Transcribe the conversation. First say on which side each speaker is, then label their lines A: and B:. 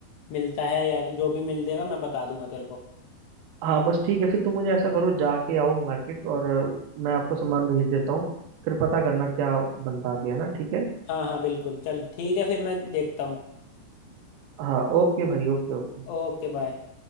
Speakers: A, on the left; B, on the right.
A: मिलता है या जो भी मिल देगा मैं बता दूंगा तेरे को
B: हाँ बस ठीक है फिर तुम मुझे ऐसा करो जाके आओ मार्केट और अ, मैं आपको सामान भेज देता हूँ फिर पता करना क्या बनता गया ना ठीक है
A: हाँ हाँ बिल्कुल चल ठीक है फिर मैं देखता हूँ
B: हाँ ओके भाई ओके ओके
A: Okay bye